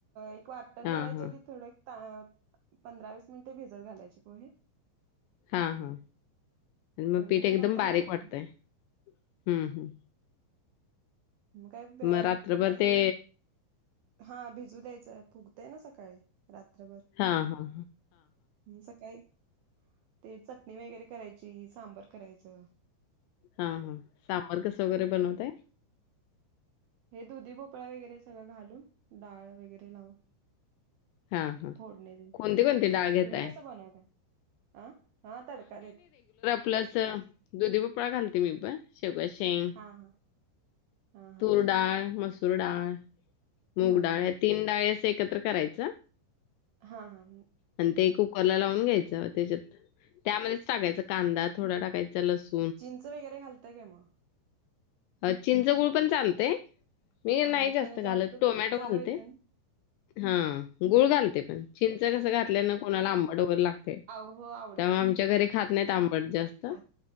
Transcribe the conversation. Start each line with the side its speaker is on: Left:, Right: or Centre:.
Right: एक वाटण
Left: हां,
Right: करायचधी
Left: हां.
Right: थोड. त अ पंधरा वीस मिनिटे भिजत घालायचे पोहे.
Left: हा हा मग
Right: आणि
Left: पीठ
Right: ते
Left: एकदम
Right: नंतर
Left: बारीक
Right: लावाय
Left: वाटतय हम्म हम्म.
Right: म काय बे
Left: मग रात्रभर
Right: पूर्ण असं.
Left: ते
Right: हा भिजूदयाच फुगतंय ना सकाळी रात्रभर.
Left: हा हा.
Right: हा सकाळी ते चटणी वगैरे करायची सांबर करायचं.
Left: हा हा सांबर कसं वगैरे बनवतय.
Right: हे दुधी भोपळा वगैरे सगळं घालून डाळ वगैरे लावून.
Left: हां, हां.
Right: फोडणी दे.
Left: कोणती-कोणती डाळ घेताय?
Right: तुम्ही कस बनवताय? अं हा तडका देत
Left: प्लस दुधी भोपळा घालते मी पण शेवग्याची शेंग
Right: हा हा. हा हा
Left: तूर डाळ, मसूर डाळ, मूग
Right: हा
Left: डाळ या तीन डाळे अस एकत्र करायच्या.
Right: हा हा.
Left: आणि ते कुकरला लावून घ्यायचं त्याच्यात, त्यामध्येच टाकायच कांदा थोडा टाकायचा, लसूण
Right: चिंच वगैरे घालताय काय मग?
Left: अ चिंच, गूळ पण चालतय. मी
Right: हा
Left: नाही जास्त
Right: त्याने
Left: घालत टोमॅटो
Right: चव
Left: घालते,
Right: येते ना
Left: हा. गुळ घालते पण. चिंच कसं घातल्यान कोणाला आंबट वगैरे लागतय,
Right: आव हो आवडत
Left: त्यामुळं
Right: नाही
Left: आमच्या घरी खात नाहीत आंबट जास्त,
Right: खात